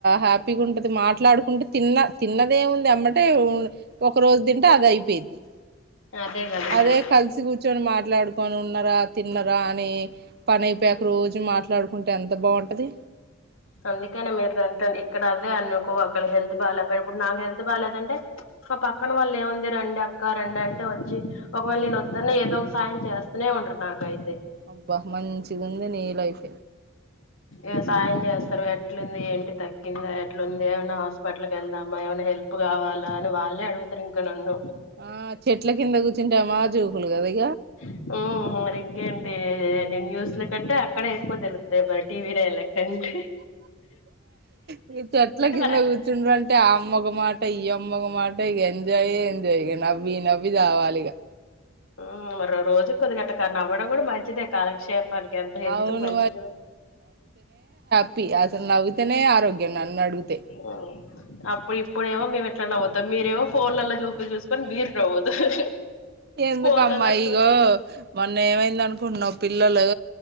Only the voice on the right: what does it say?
హ్యాపీగుఉంటది మాట్లాడుకు కుంటే తిన్న తిన్నదేముంది అమ్మటే ఒక రోజు తింటే అది అయిపోయిద్ది
అదే
కలిసి కూర్చొని మాట్లాడు పను ఉన్నరా తిన్నరా అని పని అయిపోయాక రోజు మాట్లాడుకుంటే ఎంత బావుంటది
అబ్బా మంచిది ఉంది నీ లైఫ్
ఆ చెట్ల కింద కూర్చుంటే మా జూవుకులు కదా న
మీ చెట్ల కింద
కూర్చుండు అంటే ఆ అమ్మక మాట ఈ అమ్మక మాట ఇ ఎంజాయే ఎజాయ్ ఇక నవ్వి నవ్వి చావాలిగా
అవును
ప్పి అసలు నవ్వితేనే ఆరోగ్యం నన్ను అడుగుతే
ఎందుకమ్మా
ఇగో మొన్న ఏమైంది అనుకుంటున్నావు పిల్లలు